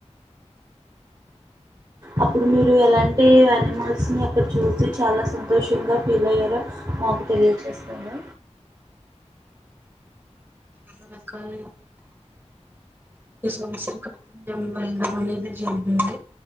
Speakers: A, on the right; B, on the right.
A: అప్పుడు మీరు ఎలాంటి యానిమల్స్ని అక్కడ చూసి చాలా సంతోషంగా ఫీల్ అయ్యారో మాకు తెలియజేస్తార
B: చాలా రకాల ఒక సంసర బలం అనేది జరిగింది